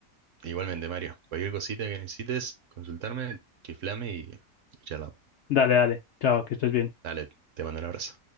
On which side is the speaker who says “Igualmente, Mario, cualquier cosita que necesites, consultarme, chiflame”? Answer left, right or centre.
Right